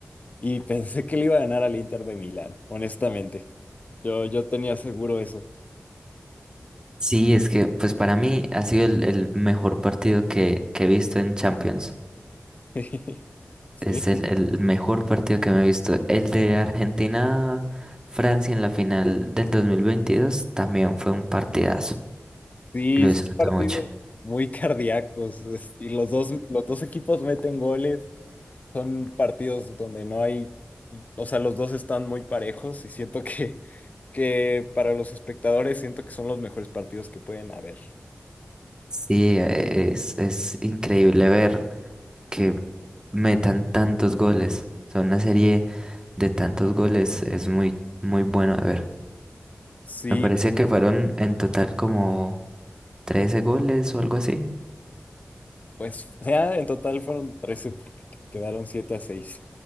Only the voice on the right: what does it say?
Sí, es que pues para mí ha sido el, el mejor partido que, que he visto en Champions.
Es el, el mejor partido que me he visto. El de Argentina-Francia en la final del 2022 también fue un partidazo.
Lo disfruté
mucho.
Sí, e- es, es increíble ver que metan tantos goles. O sea, una serie de tantos goles es muy, muy bueno de ver.
Me parece que fueron en total como 13 goles o algo así.